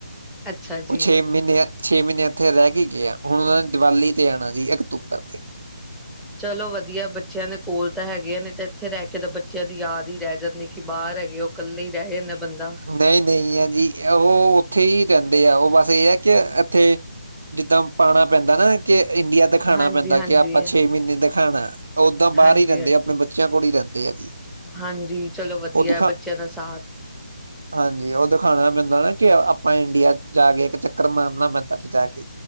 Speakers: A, in the centre; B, on the right.
A: ਅੱਛਾ ਜੀ।
B: ਓ ਛੇ ਮਹੀਨੇ ਛੇ ਮਹੀਨੇ ਇੱਥੇ ਰਹਿ ਕੇ ਗਏ ਆ ਹੁਣ ਓ ਨੇ ਦੀਵਾਲੀ ਤੇ ਆਣਾ ਜੀ ਅਕਤੂਬਰ ਤੇ।
A: ਚਲੋ ਵਧੀਆ ਬੱਚਿਆਂ ਦੇ ਕੋਲ ਤਾਂ ਹੈਗੇ ਆ ਨੇ ਤੇ ਇੱਥੇ ਰਹਿ ਕੇ ਤਾਂ ਬੱਚਿਆਂ ਦੀ ਯਾਦ ਈ ਰਹਿ ਜਾਂਦੀ ਕਿ ਬਾਅਰ ਹੈਗੇ ਓ। ਕੱਲੇ ਈ ਰਹਿ ਜਾਂਦਾ ਬੰਦਾ।
B: ਨਈ-ਨਈ ਆ ਜੀ ਓ ਓਥੇ ਈ ਰਹਿੰਦੇ ਆ ਓ ਬਸ ਏ ਆ ਕਿ ਐਥੇ ਜਿੱਦਾਂ ਪਾਣਾ ਪੈਂਦਾ ਨਾ ਕਿ ਇੰਡੀਆ ਦਿਖਾਣਾ
A: ਹਾਂਜੀ-ਹਾਂਜੀ।
B: ਪੈਂਦਾ ਕਿ ਆਪਾਂ ਛੇ ਮਹੀਨੇ ਦਿਖਾਣਾ ਓਦਾਂ
A: ਹਾਂਜੀ-ਹਾਂਜੀ,
B: ਬਾਹਰ ਈ ਰਹਿੰਦੇ ਆ ਆਪਣੇ
A: ਹਾਂਜੀ ਹਾਂਜੀ
B: ਬੱਚਿਆਂ ਕੋਲ ਈ ਰਹਿੰਦੇ ਆ ਜੀ।
A: ਹਾਂਜੀ ਚਲੋ ਵਧੀਆ
B: ਉਹ ਦਿਖਾ
A: ਬੱਚਿਆਂ ਦਾ ਸਾ
B: ਹਾਂਜੀ ਓ ਦਿਖਾਣਾ ਪੈਂਦਾ ਨਾ ਕਿ ਆਪਾਂ ਇੰਡੀਆ ਜਾ ਕੇ ਇੱਕ ਚੱਕਰ ਮਾਰਨਾ ਪੈਂਦਾ ਫੇਰ ਓਥੇ ਜਾ ਕੇ।